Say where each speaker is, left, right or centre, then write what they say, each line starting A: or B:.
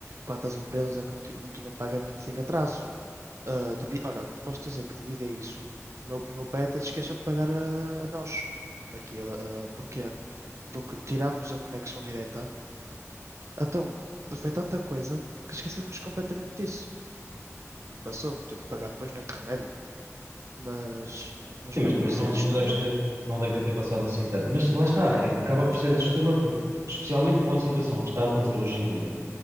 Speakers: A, on the right (about 60°); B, on the right (about 80°).
A: quantas empresas é que não, ti- não tinham pagamentos em atraso. Ah, devi- Olha, posso dizer que devido a isso, o meu, o meu pai até se esqueceu de pagar a, a nós. Aquilo, ah, porquê? Porque tirámos a conexão direta. Então, foi tanta coisa que esquecemos completamente disso. E passou, teve que pagar depois, não é que remédio. Mas, mas
B: Sim,
A: mesmo
B: mas também
A: isso
B: não,
A: é assustador.
B: não deves ter- não devem ter passado assim tanto. Mas lá está, é, acaba por ser assustador, porque especialmente com a situação que está a acontecer hoje em dia,